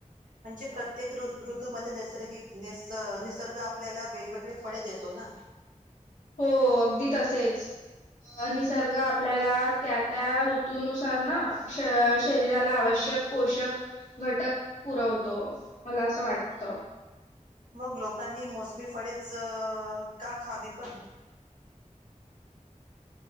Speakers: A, on the right (about 85°); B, on the left (about 80°).
A: म्हणजे प्रत्येक ऋ ऋतूमध्ये नैसर्गिक निस निसर्ग आपल्याला वेगवेगळे फळे देतो ना
B: हो अगदी तसेच अह निसर्ग आपल्याला त्या त्या ऋतूनुसार ना श शरीराला आवश्यक पोषक घटक पुरवतो मला असं वाटतं.
A: मग लोकांनी मोसमी फळेच का खावी पण